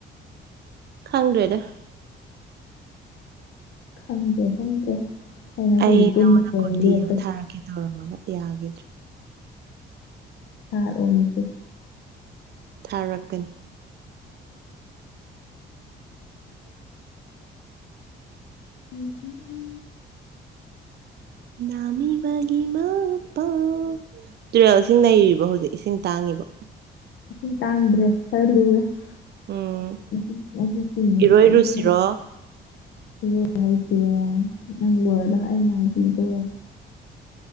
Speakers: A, on the right (about 55°); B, on the left (about 80°).
A: ꯈꯪꯗ꯭ꯔꯦꯗ
B: ꯈꯪꯗ꯭ꯔꯦ ꯈꯪꯗꯦ ꯑꯩꯅ ꯁꯤꯁꯨ
A: ꯑꯩ
B: ꯇꯨꯝꯕ
A: ꯅꯪꯉꯣꯟꯗ
B: ꯑꯣꯏꯅ
A: ꯀꯨꯔꯇꯤ
B: ꯂꯦꯞꯄꯦ
A: ꯑꯃ ꯊꯥꯔꯛꯀꯦ ꯇꯧꯔꯝꯃꯒ ꯌꯥꯈꯤꯗ꯭ꯔꯦ
B: ꯁꯥꯔ ꯑꯣ ꯃꯁꯦ
A: ꯊꯥꯔꯛꯀꯅꯤ ꯎꯝ ꯎ <inaudible>
B: <unintelligible>
A: ꯅꯥꯃꯤꯕꯒꯤ ꯃꯄꯥꯎ ꯇꯨꯔꯦꯜꯁꯤꯡ ꯅꯩꯔꯤꯕ ꯍꯧꯖꯤꯛ ꯏꯁꯤꯡ ꯇꯥꯡꯉꯤꯕ
B: ꯏꯁꯤꯡ ꯇꯥꯡꯗ꯭ꯔꯦ ꯈꯔ ꯂꯨꯔꯦ <unintelligible>
A: ꯎꯝ ꯏꯔꯣꯏꯔꯨꯁꯤꯔꯣ
B: ꯏꯔꯣꯏ ꯍꯩꯇꯦ ꯅꯪ ꯂꯣꯏꯔꯒ ꯑꯩ ꯉꯥꯏꯕꯤ <unintelligible>